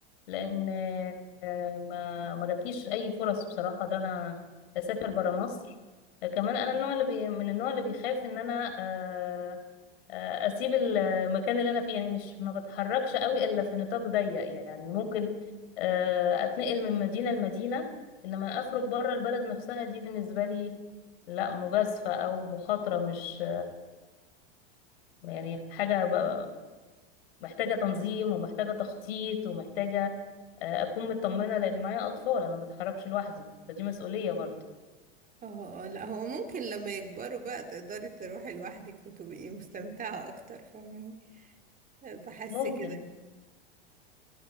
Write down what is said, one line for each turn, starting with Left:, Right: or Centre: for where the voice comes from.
Left: لان آه ما ما جاتليش اي فرص بصراحه ده انا اسافر بره مصر آه، كمان انا النوع اللي بي من النوع اللي بيخاف ان انا آه آه، اسيب المكان اللي انا فيه يعني مش ما بتحركش قوي الا في نطاق ضيق يعني ممكن آه، اتنقل من مدينة لمدينة انما اخرج بره البلد نفسها دي بالنسبة لي لا مجازفة او مخاطرة مش يعني حاجة ب- محتاجة تنظيم ومحتاجة تخطيط ومحتاجة آه، اكون مطمنة لان معايا اطفال انا ما بتحركش لوحدي فدي مسؤولية برضه
Right: اه اه لا هو ممكن لما يكبروا بقى تقدري تروحي لوحدك وتبقي مستمتعه اكتر فاهمين بحس
Left: ممكن
Right: كده